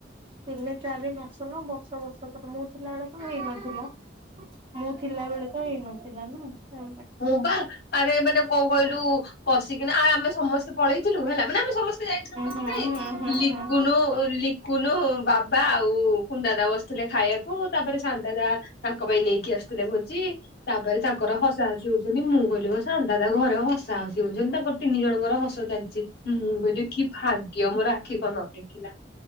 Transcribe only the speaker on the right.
ତିନି ଚାରି ମାସ ନ ବର୍ଷ ବର୍ଷ ପରେ ମୁଁ ଥିଲା ବଳେ କି ହେଇନଥିଲା। ମୁଁ ଥିଲା ବେଳେ ତ ହେଇନଥିଲା ନା। ହୁଁ
ହୁଁ
ହୁଁ
ହୁଁ।